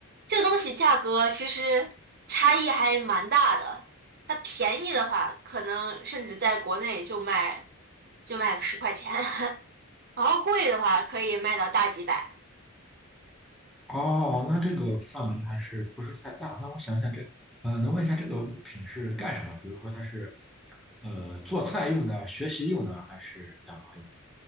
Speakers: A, on the right; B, in the centre.
A: 这个东西价格其实差异还蛮大的。它便宜的话，可能甚至在国内就卖就卖个十块钱，<laughs> 然后贵的话可以卖到大几百。
B: 哦，那这个范围还是不是太大？那我想想这，呃，能问一下这个物品是干什么？比如说它是呃做菜用的、学习用的，还是干嘛用？